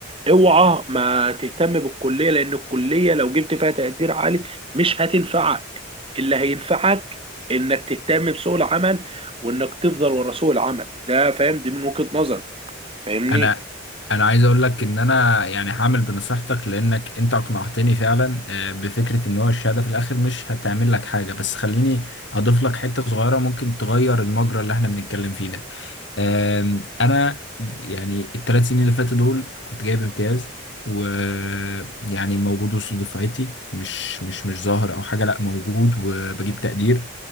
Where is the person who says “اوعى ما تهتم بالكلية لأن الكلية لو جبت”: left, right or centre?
Right